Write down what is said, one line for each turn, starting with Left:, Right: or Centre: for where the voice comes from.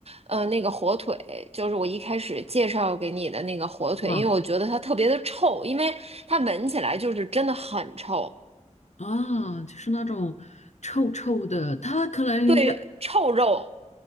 Right: 呃，那个火腿，就是我一开始介绍给你的那个火腿，
Left: 啊？
Right: 因为我觉得它特别的臭，因为它闻起来就是真的很臭，
Left: 啊，就是那种臭臭的，它可能也
Right: 对，臭肉，